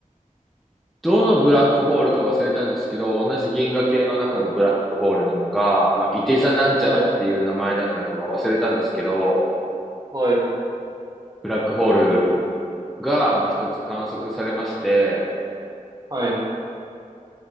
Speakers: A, in the centre; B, on the right.
A: どのブラックホールか忘れたんですけど、同じ銀河系の中のブラックホールなのか、
B: はい。
A: まあ、いて座なんちゃらっていう名前だったのか、
B: はい。
A: まあ、忘れたんですけど、
B: はい。
A: ブラックホールが、まあ、一つ観測されまして、
B: はい。